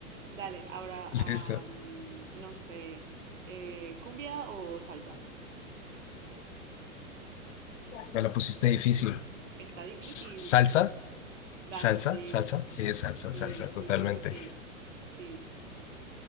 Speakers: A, on the right; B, on the left.
A: Dale, ahora,
B: Listo.
A: ah, mm, no sé. eh, ¿cumbia o salsa?
B: Me la pusiste difícil.
A: Está difícil.
B: S- Salsa,
A: Dale,
B: salsa,
A: sí,
B: salsa, sí, es salsa,
A: sí,
B: salsa, totalmente.
A: sí, creo que sí. Sí.